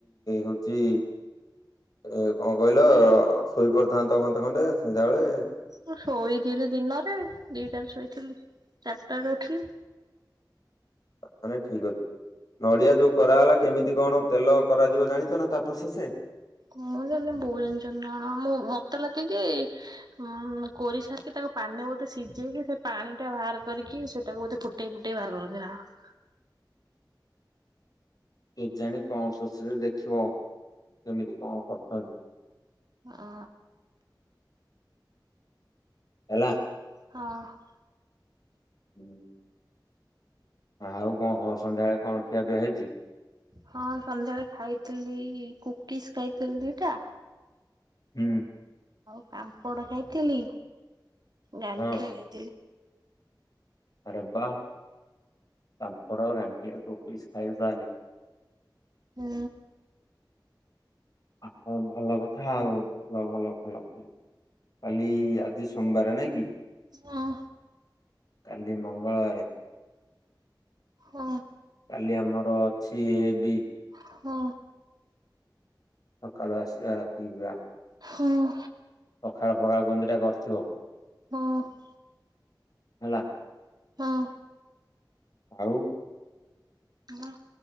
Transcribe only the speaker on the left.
ହଉଚି ଏ କଣ କହିଲ ଶୋଇପଡିଥାନ୍ତ ଘଣ୍ଟେ ଖଣ୍ଡେ ସନ୍ଧ୍ୟାବେଳେ
ତାହେଲେ ଠିକ ଅଛି। ନଡିଆ ଯୋଉ କୋରାହେଲା କେମିତି କଣ ତେଲ କରାଯିବ ଜାଣିଛନା ତାପ୍ରୋସେସ?
କେଜାଣି କଣ ପ୍ରୋସେସ୍ ଦେଖିବ କେମିତି କଣ କରୁଛନ୍ତି।
ହେଲା।
ହୁଁ <inaudible> ଆଉ କଣ ଖବର ସନ୍ଧ୍ୟାବେଳେ କଣ ଖିଆ ପିଆ ହେଇଛି?
ହୁଁ।
ହଁ
ଆରେ ବା ପାମ୍ପାଡ଼ ଗାଣ୍ଠିଆ କୁକିଶ୍ ଖାଇଲୁ ତାହେଲେ।
ଆଉ କଣ ଭଲ କଥା ଆଉ ଭଲ ଭଲ କାଲି ଆଜି ସୋମବାର ନାଇଁ କି?
କାଲି ମଙ୍ଗଳବାରେ।
କାଲି ଆମର ଅଛି ଏ ବି।
ସକାଳୁ ଆସିବା ରାତିକି ଯିବା।
ପଖାଳ ଫଖାଳ କଣ ଦିଟା କରିଥିବ?
ହେଲା।
ଆଉ।